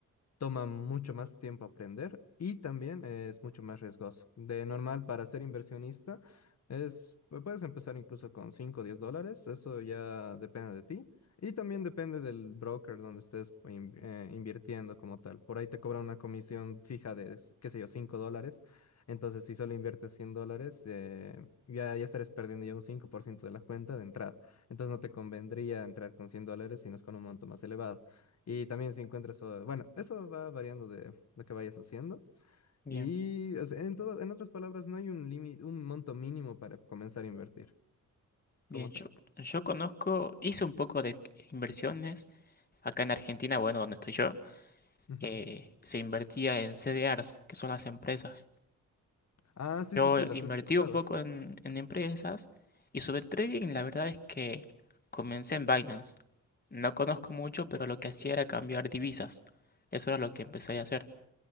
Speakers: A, on the left (about 50°); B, on the left (about 30°).
A: toma mucho más tiempo aprender y también es mucho más riesgoso. De normal, para ser inversionista, es, pu- puedes empezar incluso con cinco o 10 dólares, eso ya depende de ti. Y también depende del broker donde estés in- eh, invirtiendo como tal. Por ahí te cobra una comisión fija de, s- qué sé yo, 5 dólares. Entonces, si solo inviertes 100 dólares, eh, ya, ya estarás perdiendo ya un 5% de la cuenta de entrada. Entonces, no te convendría entrar con 100 dólares, sino es con un monto más elevado. Y también si encuentras, o- bueno, eso va variando de lo que vayas haciendo.
B: bien,
A: Y o sea, en todo, en otras palabras, no hay un límite, un monto mínimo para comenzar a invertir
B: bien.
A: como
B: Yo,
A: tal.
B: yo conozco, hice un poco de inversiones acá en Argentina, bueno, donde estoy yo.
A: Ujú.
B: eh, se invertía en CDRs, que son las empresas.
A: Ah, sí,
B: Yo
A: sí, sí, las
B: invertí
A: he escuchado.
B: un poco en, en empresas y sobre trading la verdad es que comencé en Binance. No conozco mucho, pero lo que hacía era cambiar divisas. Eso era lo que empecé a hacer.